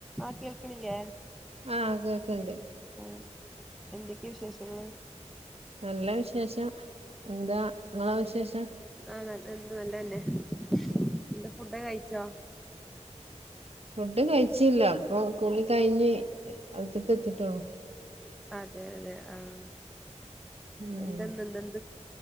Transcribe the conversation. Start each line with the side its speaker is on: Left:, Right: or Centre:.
Centre: ആ കേൾക്കണില്ലേ
Right: ആഹ് കേക്ക്ണ്ട്
Centre: ആഹ് എന്തൊക്കെ വിശേഷങ്ങള്?
Right: നല്ല വിശേഷം എന്താ ഇ ങ്ങളെ വിശേഷം.
Centre: ആഹ് എന്ത് നല്ലതന്നെ എന്താ ഫുടൊക്കെ കഴിച്ചോ?
Right: ഫുഡ് കഴിച്ചില്ല ഇപ്പൊ കുളി കഴിഞ്ഞ് <unintelligible> എത്തിട്ടോള്ളൂ
Centre: അതെ അതെ ആഹ്
Right: ഉം
Centre: എന്തെന്ത് എന്തെന്ത്